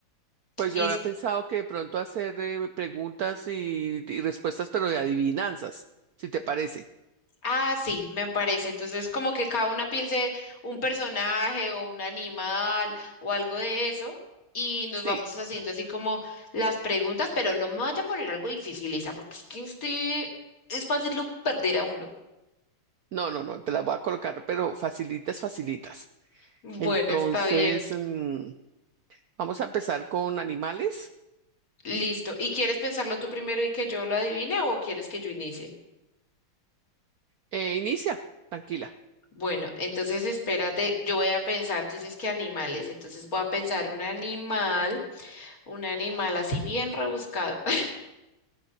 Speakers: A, on the right (about 85°); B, on the left (about 40°).
A: pues
B: Y-
A: yo había pensado que de pronto hacer eh, preguntas y, y respuestas, pero de adivinanzas, si te parece.
B: ah, sí, me parece. Entonces, como que cada una piense un personaje o un animal o algo de eso. Y nos
A: Sí,
B: vamos haciendo así como las preguntas, pero no me vaya a poner algo difícil, Isa, porque es que usted es fácil lo perder a uno.
A: no, no, no, te las voy a colocar, pero facilitas, facilitas.
B: Bueno,
A: Entonces,
B: está bien.
A: mm, vamos a empezar con animales.
B: Listo. ¿Y quieres pensarlo tú primero y que yo lo adivine o quieres que yo inicie?
A: Eh, inicia, tranquila.
B: Bueno, entonces espérate, yo voy a pensar, tú dices que animales, entonces voy a pensar un animal, un animal así bien rebuscado. <laughs>